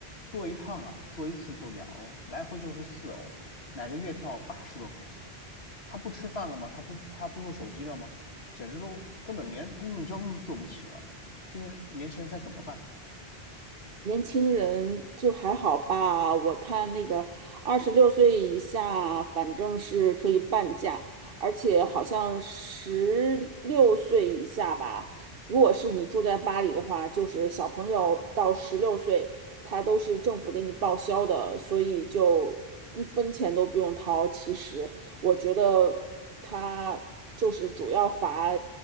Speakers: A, on the left; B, on the right.
A: 坐一趟啊，坐一次就两欧，来回就是四欧，买个月票八十多块钱。他不吃饭了吗？他不他不用手机了吗？简直都根本连公共交通都坐不起了。这些年轻人该怎么办？
B: 年轻人就还好吧，我看那个二十六岁以下，反正是可以半价，而且好像十六岁以下吧。如果是你住在巴黎的话，就是小朋友到十六岁，他都是政府给你报销的，所以就一分钱都不用掏。其实，我觉得他就是主要罚